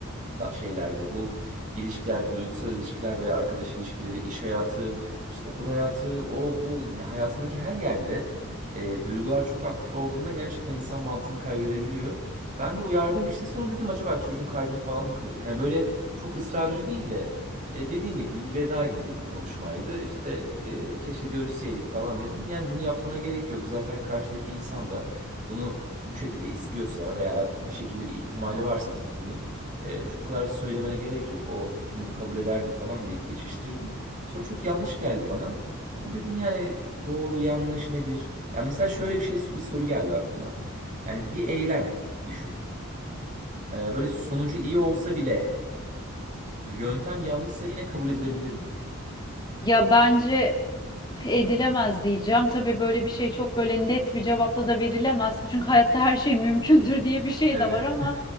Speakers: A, on the right; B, on the left.
A: da- şeylerde bu ilişkiler, duygusal ilişkiler veya arkadaş ilişkileri, iş hayatı, işte okul hayatı, o bu ne- hayatındaki her yerde e, duygular çok aktif olduğunda gerçekten insan mantığını kaybedebiliyor. Ben de uyardım işte sonra dedim acaba çocuğun kalbini falan mı kırdık? Hani böyle çok ısrarcı değil de E, dediğin gibi bir veda gibi bir konuşmaydı. İşte e, keşke görüşseydik falan dedim. Yani bunu yapmana gerek yok. Zaten karşıdaki insan da bunu bu şekilde istiyorsa veya bir şekilde bir ihtimali varsa bu- bunun e, çok kadar söylemene gerek yok. O bunu kabul ederdi falan deyip geçiştirdim. Sonra çok yanlış geldi bana. Ama dedim yani doğru yanlış nedir? Yani mesela şöyle bir şey bir soru geldi aklıma. Yani bir eylem düşün. E, böyle sonucu iyi olsa bile yöntem yanlışsa yine kabul edilebilir mi?
B: Ya bence edilemez diyeceğim. Tabii böyle bir şey çok böyle net bir cevapla da verilemez. Çünkü hayatta her şey <laughs> mümkündür diye bir şey
A: Evet.
B: de var ama